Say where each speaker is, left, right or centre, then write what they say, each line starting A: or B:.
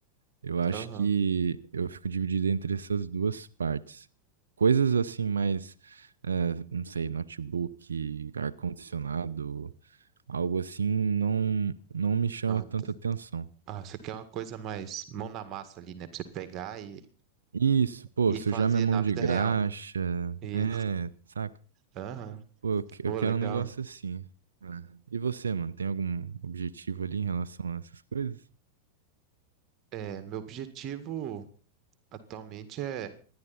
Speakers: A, on the right; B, on the right.
A: Eu acho
B: aham.
A: que eu fico dividido entre essas duas partes. Coisas assim mais, eh, não sei, notebook, ar-condicionado, algo assim, não, não me chama
B: Ah,
A: tanta
B: tá.
A: atenção.
B: Ah, você quer uma coisa mais mão na massa ali, né? Pra você pegar e,
A: Isso, pô,
B: e
A: sujar
B: fazer
A: minha mão
B: na
A: de
B: vida
A: graxa,
B: real, né? E,
A: é, saca?
B: aham,
A: Pô, eu que-
B: Pô,
A: eu quero
B: legal.
A: um negócio assim. né? E você, mano, tem algum objetivo ali em relação a essas coisas?
B: É, meu objetivo atualmente é